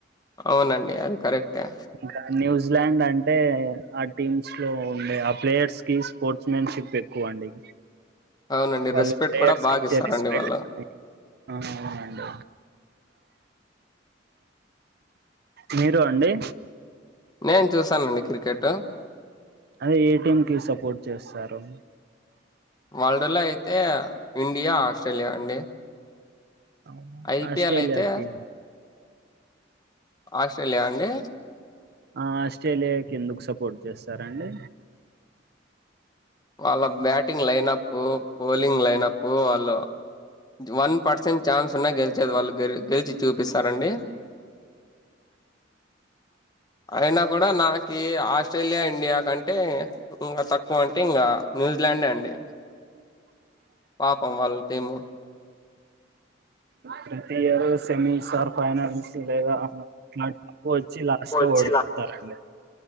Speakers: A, on the left; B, on the right.
A: అవునండి అది కరెక్టే
B: ఇంకా న్యూజిలాండ్ అంటే ఆ టీమ్స్ లో ఉండే ఆ ప్లేయర్స్ కి స్పోర్ట్స్ మ్యాన్ షిప్ ఎక్కుంట
A: అవునండి
B: వాళ్ళు
A: రెస్పెక్ట్
B: ప్లేయర్స్
A: కూడా బాగా
B: క ఇచ్చే
A: ఇస్తారండి
B: రెస్పెక్ట్
A: వాళ్ళు.
B: అవునండి మీరు అండి
A: నేను చూసానండి క్రికెట్
B: అ ఏ టీం కి సపోర్ట్ చేస్తారు
A: వరల్డ్ లో అయితే ఇండియా ఆస్ట్రేలియా అండి
B: అవును
A: ఐపీఎల్
B: ఆస్ట్రేలియాకి
A: అయితే ఆస్ట్రేలియా అండి
B: ఆ ఆస్ట్రేలియాకి ఎందుకు సపోర్ట్ చేస్తారండి
A: వాళ్ళ బ్యాటింగ్ లైనప్ బౌలింగ్ లైనప్ వాళ్ళు వన్ పర్సెంట్ ఛాన్స్ ఉన్నా గెలిచేది వాళ్ళు గెలిచి చూపిస్తారండి అయినా కూడా నాకి ఆస్ట్రేలియా ఇండియా కంటే ఇంకా తక్కువ అంటే ఇంకా న్యూజి లాండే అండి పాపం వాళ్ళ టీము
B: ప్రతి ఇయర్ సెమి సార్ ఫైనాన్స్ లేదా అట్లా వచ్చి లాస్ట్
A: వచ్చిలా
B: లో ఓడిపోతారండి